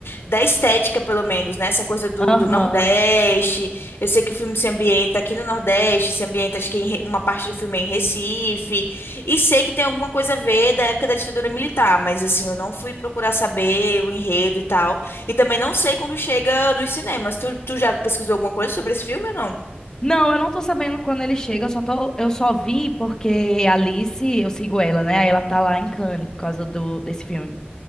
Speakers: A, on the left (about 80°); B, on the left (about 15°).
A: da estética, pelo menos, né, essa coisa do,
B: Aham.
A: do Nordeste, eu sei que o filme se ambienta aqui no Nordeste, se ambienta, acho que em Re- uma parte do filme é em Recife, e sei que tem alguma coisa a ver da época da ditadura militar, mas, assim, eu não fui procurar saber o enredo e tal, e também não sei quando chega nos cinemas, tu, tu já pesquisou alguma coisa sobre esse filme ou não?
B: Não, eu não tô sabendo quando ele chega, eu só tô, eu só vi porque a Alice, eu sigo ela, né? Aí ela tá lá em Cannes por causa do desse filme.